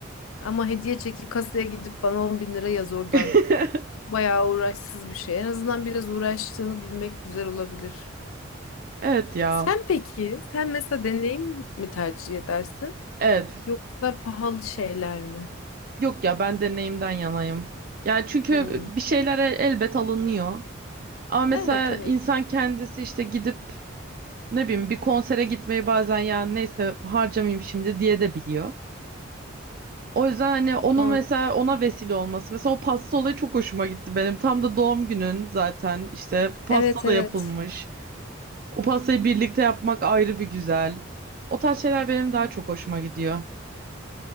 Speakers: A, on the left (about 85°); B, on the right (about 45°).
A: Ama hediye çeki kasaya gidip bana 10 bin lira yaz oradan.
B: <laughs>
A: Bayağı uğraşsız bir şey. En azından biraz uğraştığını bilmek güzel olabilir.
B: Evet ya.
A: Sen peki, sen mesela deneyim mi tercih edersin?
B: Evet.
A: Yoksa pahalı şeyler mi?
B: Yok ya ben deneyimden yanayım. Yani çünkü
A: Hmm.
B: bir şeylere elbet alınıyor. Ama mesela
A: Evet evet.
B: insan kendisi işte gidip ne bileyim bir konsere gitmeyi bazen ya neyse harcamayayım şimdi diye de biliyor. O yüzden hani onun
A: Doğru.
B: mesela ona vesile olması. Mesela o pasta olayı çok hoşuma gitti benim. Tam da doğum günün zaten işte pasta
A: Evet evet.
B: da yapılmış. O pastayı birlikte yapmak ayrı bir güzel. O tarz şeyler benim daha çok hoşuma gidiyor.